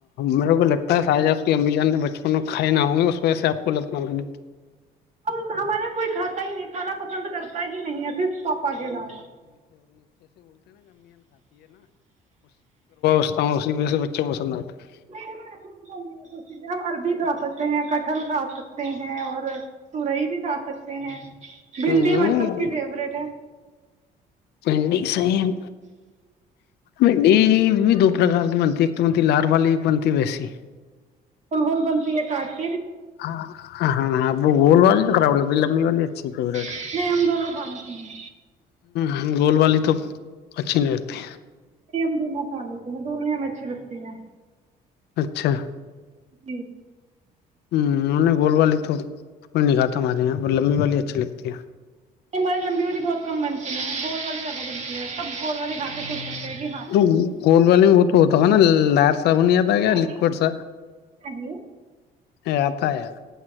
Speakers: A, on the left; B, on the right.
A: میرے کو لگتا ہے شاہ جہب کی امی جان نے بچ کھائے نہ ہوں گے اس وجہ سے آپ کو لتنا لگے
B: ہم ہمارے یہاں کوئی کھاتا ہی نہیں کھانا پسند کرتا ہی نہیں ہے صرف پاپا کے علاوہ
A: <unintelligible> اسی وج سے بچوں پسند <unintelligible>
B: <unintelligible> کٹہل کھا سکتے ہیں اور تورئی بھی آ سکتے ہیں
A: ہے
B: بھندی
A: ہاں
B: ہماری سب کی فیوریٹ ہے
A: بھنڈی سیم بھنڈی دو پرکار کی بنتی ایک تو بنتی لار والی ایک بنتی ویسی
B: فل ہول بنتی ہے کٹ
A: ہاں ہاں اب بول وال کرا ل کر ہم وال ف ہے
B: نہیں ہم دونوں کھا لیتے ہیں
A: ہ گول والی تو اچھی نہیں لگتی
B: نہیں ہم دونوں کھا لیتے ہیں دونوں ہی ہم اچھی لگتی ہیں
A: اچھا
B: <unintelligible>
A: ہ انہوں نے گولڈ والی توئی نہیں کھاتا ہمارے یہاں پر لمبی والی اچھی لگتی ہے
B: یہ ہماراری لمبی ہولی بہت کم بنتیی گول والی جگہ بنتی ہے سب گول والی کا کے سو سکتے ہیں کہ ہاں
A: تو گول والے میں ب تو تو ہے نا لاس س بنیا تھا کیا
B: نہیں
A: لکویڈ س
B: نہیں
A: یہ آت ہے ار